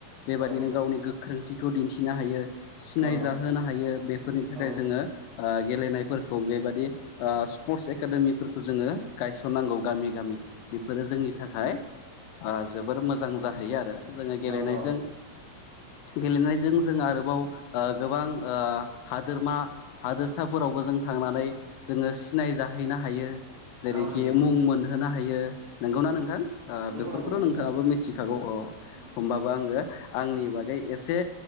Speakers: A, on the left; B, on the right.
A: बेबादिनो
B: औ
A: गावनि गोख्रोंथिखौ दिन्थिनो हायो सिनाय
B: औ
A: जाहोनो हायो बेफोरनि थाखाय
B: औ
A: जोङो ओ गेलेनायफोरखौ बेबायदि ओ स्पर्टस एकादेमिफोरखौ जोङो गायसननांगौ गामि गामि बेफोरो जोंनि थाखाय ओ जोबोर मोजां जाहैयो आरो जोङो गेलेनायजों
B: औ औ
A: गेलेनायजों जों आरोबाव ओ गोबां ओ हादोरमा हादोरसाफोरावबो जों थांनानै जोङो सिनाय जाहैनो हायो जेरैखि
B: औ नंगौ नोंथां
A: मुं मोनहोनो हायो नंगौना
B: औ
A: नोंथां
B: औ
A: ओ
B: नंगौ
A: बेफोरखौथ'
B: नंगौ नंगौ
A: नोंथाङाबो मिथिखागौ औ
B: औ
A: होनबाबो आङो आंनि बागै एसे